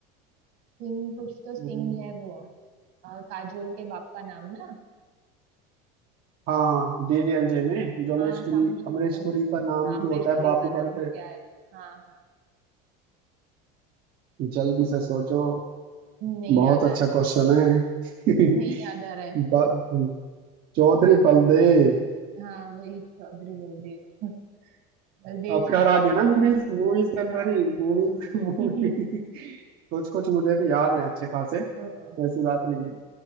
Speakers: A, on the right; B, on the right.
A: सिंह कुछ तो
B: मुझे-
A: सिंह है वो अ, काजोल के बाप का नाम ना
B: हाँ हाँ डीडीएल जे में जो अमरीश
A: हाँ समझी
B: पुरी अमरीश
A: समझी
B: पुरी का नाम
A: हाँ, अमरीश
B: जो होता है
A: पुरी
B: बापू
A: का नाम
B: बनकर
A: क्या है हाँ हाँ
B: जल्दी से सोचो
A: नहीं
B: बहुत
A: याद
B: अच्छा
A: आ रहा है
B: क्वेश्चन है <laughs>
A: नहीं याद आ रहा है
B: ब- चौधरी बलदेव
A: हाँ वही चौधरी बलदेव <laughs> बलदेव
B: आपका
A: सिंह
B: हरा दिया ना मूवीज मूवीज के
A: हाँ
B: अंदर ही मूवीज मूवी
A: <laughs>
B: कुछ कुछ मुझे भी याद है अच्छे खासे
A: तो
B: ऐसी बात नहीं है